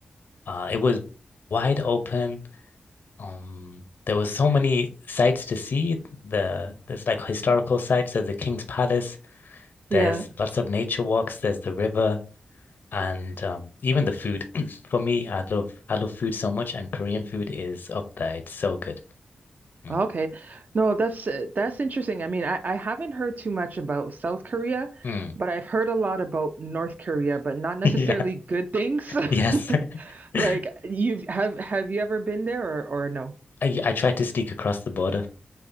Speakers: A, on the left; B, on the right.
A: Uh, it was wide open. Um, there was so many sites to see. The there's like historical sites. There's the King's Palace. There's
B: Yeah.
A: lots of nature walks. There's the river, and um, even the food. <clears throat> For me, I love I love food so much, and Korean food is up there. It's so good. Mm.
B: Okay. No, that's uh, that's interesting. I mean, I, I haven't heard too much about South Korea,
A: Mm.
B: but I've heard a lot about North Korea, but not necessarily
A: <laughs> Yeah.
B: good things.
A: Yes.
B: <laughs>
A: <laughs> I
B: Like you've have have you ever been there or or no?
A: I tried to sneak across the border.